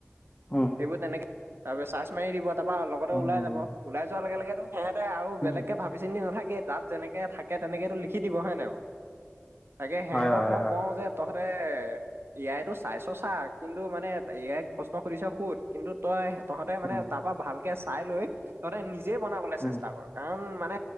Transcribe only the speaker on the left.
উম
উম
উম
হয় হয়
হয়
উম
উম